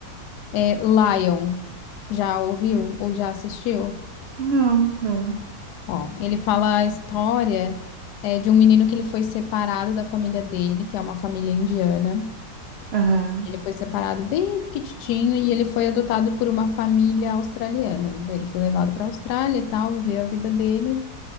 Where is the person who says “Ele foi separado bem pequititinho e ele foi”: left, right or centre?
Left